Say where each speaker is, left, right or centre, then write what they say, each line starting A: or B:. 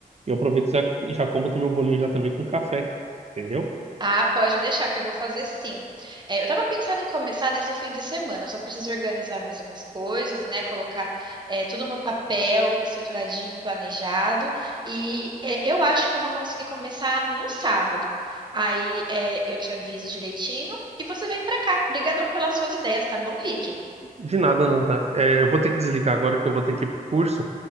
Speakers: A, on the right; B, on the right.
A: E eu aproveito e já, já como também o bolinho já também com café. Entendeu?
B: Ah, pode deixar que eu vou fazer sim. É, eu tava pensando em começar nesse fim de semana, eu só preciso organizar mais umas coisas, né? Colocar é, tudo no papel, estruturadinho, planejado. E é, eu acho que eu vou conseguir começar no sábado. Aí é, eu te aviso direitinho e você vem pra cá. Obrigadão pelas suas ideias, tá bom, Rick?
A: De nada, não, tá? É, eu vou ter que desligar agora que eu vou ter que ir pro curso.